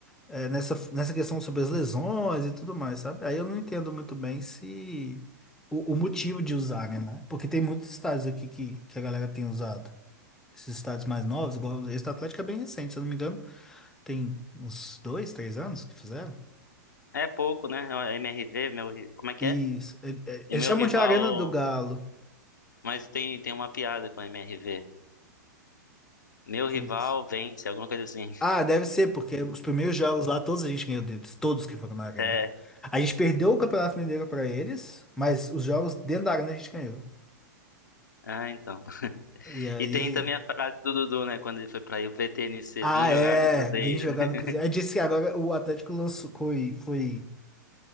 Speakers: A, in the centre; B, on the left.
A: é, nessa, nessa questão sobre as lesões e tudo mais, sabe? Aí eu não entendo muito bem se o, o motivo de usarem, né? né? Porque tem muitos estádios aqui que, que a galera tem usado. Esses estádios mais novos, igual esse do Atlético é bem recente, se eu não me engano, tem uns dois, três anos que fizeram.
B: É pouco, né? É o MRV, meu. ri- Como é que
A: Isso.
B: é?
A: Ele- ele-
B: É
A: Eles
B: meu
A: chamam
B: rival.
A: de Arena do Galo.
B: Mas tem, tem uma piada com o MRV. Meu
A: Putz.
B: rival vence, alguma coisa assim. <laughs>
A: Ah, deve ser, porque os primeiros jogos lá, todos a gente ganhou deles, todos que foram na arena.
B: É.
A: A gente perdeu o Campeonato Mineiro pra eles, mas os jogos dentro da arena a gente ganhou.
B: Ah, então.
A: E aí.
B: E tem também a frase do Dudu, né? Quando ele foi pra UVTNC,
A: Ah,
B: vim jogar
A: é,
B: no Cruzeiro.
A: vim jogar
B: <laughs>
A: no Cruzeiro. Aí disse que agora o Atlético lançou, foi, foi.